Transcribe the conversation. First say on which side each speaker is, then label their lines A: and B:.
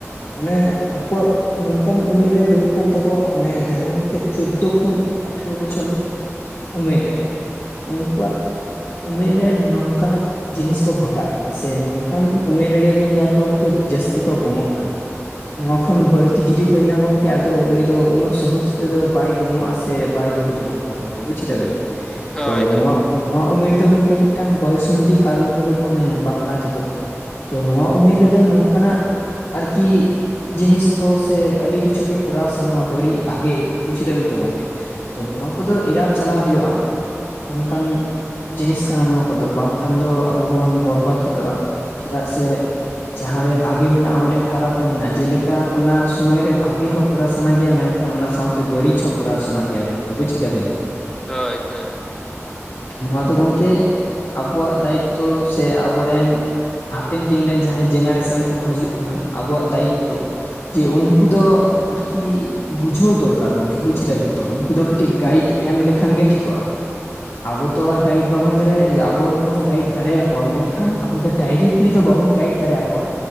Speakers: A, on the left (about 65°); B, on the left (about 15°).
A: ᱚᱱᱮ ᱟᱠᱚᱣᱟᱜ ᱱᱚᱝᱠᱟᱱ ᱩᱢᱮᱨ ᱨᱮ ᱦᱩᱭᱩᱜ ᱠᱟᱱ ᱛᱟᱠᱚᱣᱟ ᱚᱱᱮ ᱡᱟᱦᱟᱸ ᱜᱚᱝᱠᱮ ᱪᱳᱫᱫᱳ ᱠᱷᱚᱱ ᱟᱴᱷᱮᱨᱚ ᱵᱚᱪᱷᱚᱞ ᱩᱢᱮᱨ ᱨᱮ ᱩᱱᱠᱩᱣᱟᱜ ᱩᱢᱮᱨ ᱨᱮ ᱱᱚᱝᱠᱟ ᱱᱟᱜ ᱡᱤᱱᱤᱥ ᱠᱚ ᱜᱷᱚᱴᱟᱜ ᱠᱟᱱᱟ ᱥᱮ ᱱᱚᱝᱠᱟᱱ ᱩᱢᱮᱨ ᱨᱮᱜᱮ ᱵᱤᱱ ᱧᱮᱞ ᱠᱚᱣᱟ ᱜᱚᱝᱠᱮ ᱡᱟᱹᱥᱛᱤ ᱠᱚ ᱜᱚᱝᱚᱜ ᱠᱟᱱᱟ ᱾ ᱱᱚᱣᱟ ᱠᱷᱚᱱ ᱵᱟᱹᱲᱛᱤ ᱡᱩᱚᱫᱤ ᱦᱱᱟ ᱜᱚᱝᱠᱮ ᱟᱫᱚ ᱩᱱᱤ ᱫᱚ ᱩᱱᱟᱹᱜ ᱥᱚᱦᱚᱡ ᱛᱮᱫᱚ ᱵᱟᱭ ᱵᱩᱢᱚᱜᱼᱟ ᱥᱮ ᱵᱟᱭ ᱵᱟᱹᱦᱩ ᱡᱚᱱᱚᱜ ᱠᱟᱱᱟ ᱜᱚᱝᱠᱮ ᱵᱩᱡ ᱠᱤᱫᱟ ᱵᱤᱱ ᱛᱚᱜ
B: ᱦᱳᱭ
A: ᱛᱚ
B: ᱦᱳᱭ
A: ᱱᱚᱣᱟ ᱱᱚᱣᱟ ᱩᱢᱮᱨ ᱫᱚ ᱜᱚᱝᱠᱮ ᱢᱤᱫᱴᱟᱝ ᱵᱚᱭᱚᱥᱚᱱᱫᱷᱤ ᱠᱟᱞ ᱵᱚᱞᱮ ᱠᱚ ᱢᱮᱱᱟ ᱵᱟᱝᱞᱟ ᱛᱮᱫᱚ ᱾ ᱛᱚ ᱱᱚᱣᱟ ᱩᱢᱮᱨ ᱨᱮᱫᱚ ᱱᱚᱝᱠᱟᱱᱟᱜ ᱟᱨᱠᱤ ᱡᱤᱱᱤᱥ ᱠᱚ ᱥᱮ ᱟᱹᱰᱤ ᱠᱤᱪᱷᱩ ᱜᱮ ᱠᱚᱨᱟᱣ ᱥᱟᱱᱟᱣᱟ ᱵᱟᱹᱲᱤᱡ ᱵᱷᱟᱜᱮ ᱵᱩᱡ ᱠᱮᱫᱟ ᱵᱤᱱ ᱾ ᱜᱚᱢᱠᱮ ᱛᱚ ᱱᱚᱣᱟ ᱠᱚᱫᱚ ᱮᱨᱟᱣ ᱪᱟᱞᱟᱣ ᱦᱩᱭᱩᱜᱼᱟ ᱱᱚᱝᱠᱟᱱ ᱡᱤᱱᱤᱥ ᱠᱟᱱᱟ ᱱᱚᱣᱟ ᱠᱚᱫᱚ ᱵᱟᱝᱠᱷᱟᱱ ᱫᱚ ᱟᱵᱚ ᱵᱚᱱ ᱵᱚᱨᱵᱟᱫ ᱜᱚᱫᱚᱜᱼᱟ ᱪᱮᱫᱟᱜ ᱥᱮ ᱡᱟᱦᱟᱸ ᱨᱮ ᱵᱷᱟᱜᱮ ᱢᱮᱱᱟᱜᱼᱟ ᱚᱸᱰᱮ ᱠᱷᱟᱨᱟᱯ ᱦᱚᱸ ᱢᱮᱱᱟᱜᱼᱟ ᱡᱮᱞᱮᱠᱟ ᱚᱱᱟ ᱥᱩᱢᱚᱭ ᱨᱮ ᱵᱷᱟᱜᱮ ᱦᱚᱸ ᱠᱚᱨᱟᱣ ᱥᱟᱱᱟᱭᱮᱭᱟ ᱢᱮᱱᱠᱷᱟᱱ ᱚᱱᱟ ᱥᱟᱶᱛᱮ ᱵᱟᱹᱲᱤᱡ ᱦᱚᱸ ᱠᱚᱨᱟᱣ ᱥᱟᱱᱟ ᱜᱮᱭᱟ ᱜᱚᱝᱠᱮ ᱵᱩᱡ ᱠᱮᱫᱟ ᱵᱤᱱ ᱛᱚ ᱾
B: ᱦᱳᱭ ᱦᱳᱭ ᱾
A: ᱱᱚᱣᱟ ᱫᱚ ᱜᱚᱢᱠᱮ ᱟᱵᱚᱣᱟᱜ ᱫᱟᱭᱤᱛᱛᱚ ᱥᱮ ᱟᱵᱚᱨᱮᱱ ᱦᱟᱯᱮᱱ ᱫᱤᱱ ᱨᱮᱱ ᱡᱟᱦᱟᱸᱭ ᱡᱮᱱᱟᱨᱮᱥᱚᱱ ᱠᱚᱠᱚ ᱦᱤᱡᱩᱜ ᱠᱟᱱᱟ ᱟᱵᱚᱣᱟᱜ ᱫᱟᱭᱤᱛᱛᱚ, ᱡᱮ ᱩᱱᱠᱩ ᱫᱚ ᱟᱨᱠᱤ ᱵᱩᱡᱷᱟᱹᱣ ᱫᱚᱨᱠᱟᱨ ᱜᱚᱝᱠᱮ ᱵᱩᱡᱽ ᱾ ᱪᱮᱫᱟᱵᱤᱱ ᱛᱚ ᱩᱱᱠᱩ ᱫᱚ ᱠᱟᱹᱴᱤᱡ ᱜᱟᱭᱤᱰ ᱮᱢ ᱞᱮᱠᱷᱟᱱ ᱜᱮ ᱴᱷᱤᱠᱚᱜᱼᱟ᱾ ᱟᱵᱚ ᱛᱚ ᱟᱨ ᱜᱟᱭᱤᱰ ᱵᱟᱵᱚᱱ ᱫᱟᱲᱮᱭᱟᱜᱼᱟ ᱟᱵᱚ ᱵᱚᱱ ᱜᱟᱭᱤᱰ ᱫᱟᱲᱮᱭᱟᱠᱚᱣᱟ ᱢᱮᱱᱠᱷᱟᱱ ᱟᱵᱚ ᱫᱚ ᱰᱟᱭᱨᱮᱠᱴ ᱾ ᱠᱩᱠᱞᱤ ᱫᱚ ᱵᱟᱵᱚᱱ ᱜᱟᱭᱤᱰ ᱫᱟᱲᱮᱭᱟᱠᱚᱣᱟ